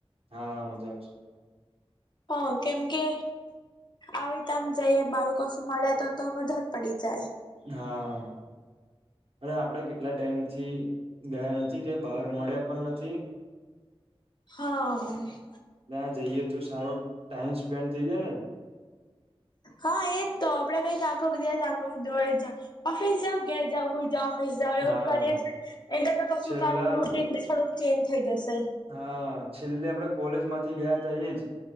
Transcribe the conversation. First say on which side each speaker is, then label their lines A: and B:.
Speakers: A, on the right; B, on the left.
A: હા, મજા આવશે.
B: હા, કેમકે આવી તમ જઈ બાળકો ઓશું મળ્યા તો તો મજા જ પડી. જાય
A: હા. અને આપડે કેટલા ટાઈમ થી ગયા નથી, કે બહાર મળ્યા પણ નથી
B: હા.
A: ત્યાં જઈએ તો સારો ટાઈમ સ્પેન્ડ થઇ જાયને
B: હા એજ તો આપડે કઈ આખો દિવસ આખું દોડેજ જાવ ઓફિસ જાઓ ઘેર જાવ હુઈ જાવ ઓફિસ જાવ એવુંજ
A: હા
B: કરીએ છે ને એના કરતા કશું
A: છેલ્લા
B: કું રૂટીન બી થોડુંક ચેન્જ થઈ જશે.
A: હા, છેલ્લે આપડે કોલેજમાંથી ગયાતા એજ